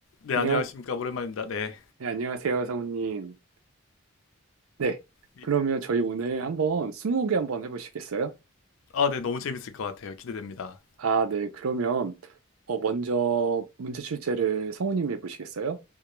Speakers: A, on the left; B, on the right.
A: 네,
B: 안녕하,
A: 안녕하십니까. 오랜만입니다. 네.
B: 네, 안녕하세요, 성우님. 네,
A: 이-
B: 그러면 저희 오늘 한번 스무고개 한번 해보시겠어요?
A: 아, 네, 너무 재밌을 것 같아요. 기대됩니다.
B: 아, 네, 그러면 어, 먼저 문제 출제를 성우님이 해보시겠어요?